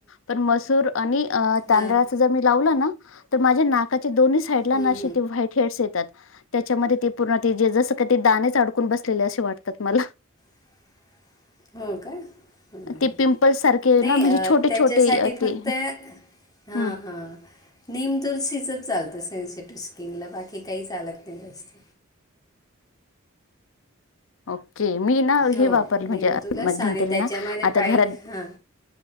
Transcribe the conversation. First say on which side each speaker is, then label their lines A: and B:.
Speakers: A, on the left; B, on the left.
A: पण मसूर आणि तांदळाचं
B: हां
A: जर मी लावलं ना तर माझ्या नाकाच्या दोन्ही साईडला
B: हं,
A: ना असे ते व्हाईट हेडस ये तात. त्याच्यामध्ये ते पूर्ण तेे जसं काय ते दाणेच अडकून बसलेले असे वाटतात मला.
B: <inaudible> हो का? हम्म
A: ते पिंपल्स सारखे
B: नाही
A: ना म्हणजे छोटे
B: त्याच्यासाठी
A: छोटे अ,
B: फक्त
A: ते
B: हा
A: हम्म
B: हा. नीम तुळशीचंच चालतं सेन्सिटिव स्किनला बाकी काही चालत नाही जास्त.
A: ओके. मी ना
B: हो
A: हे वापरल म्हणजे
B: नीम तुलस
A: मध्यंतरी
B: आणि त्याच्यामध्ये
A: ना आता
B: पाय
A: घरात
B: हां